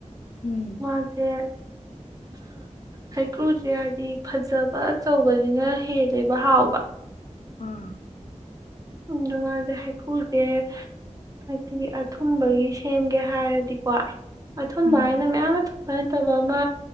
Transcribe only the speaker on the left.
ꯎꯝ
ꯑꯝ
ꯎꯝ